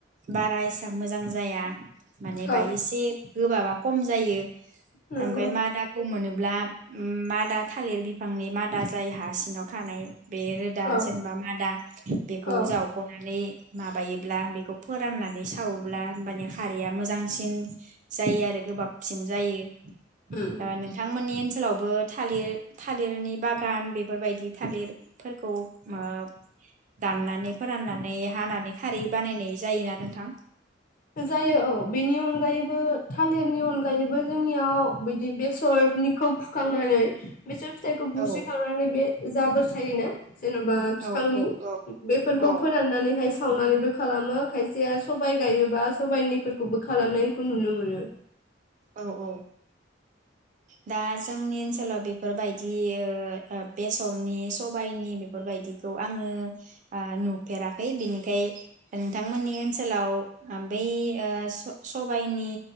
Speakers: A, on the right; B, on the left.
A: बारा एसां मोजां जाया माने
B: औ
A: बाय इसे गोबाबा खम जायो
B: नंगौ
A: ओमफाय मादाखौ मोनो ब्ला मादा थालिर बिफांनि मादा जाय हा सिङाव थानाय बे रोदा
B: औ
A: जेनेबा मादा बेखौ
B: औ
A: जावख'नानै माबायोब्ला बेखौ फोराननानै सावोब्ला होमबानिया खारैया मोजांसिन जायो आरो गोबाबसिन जायो
B: उम
A: ओ नोंथांमोननि ओनसोलावबो थालिर थालिरनि बागान बेफोरबायदि थालिरफोरखौ ओ दाननानै फोराननानै हानानै खारै बानायनाय जायो ना नोंथां
B: जायो औ बेनि अनगायैबो थालिरनि अनगायैबो जोंनियाव बिदि बेसरनिखौ फुखांनानै बिसोर फिथाइखौ बुस्रिखांनानै
A: औ
B: बे जाबोर थायोना जेनबा बिफांनि
A: औ औ औ
B: बेफोरखौ
A: औ
B: फोराननानैहाय सावनानैबो खालामो खायसेया सबाय गायोबा सबायनिफोरखौबो खालामनायखौ नुनो मोनो
A: औ औ दा जोंनि ओनसोलाव बेफोरबायदि ओ ओ बेसरनि सबायनि बेफोरबायदिखौ आङो ओ नुफेराखै बिनिखाय नोंथांमोननि ओनसोलाव बै ओ सब-सबायनि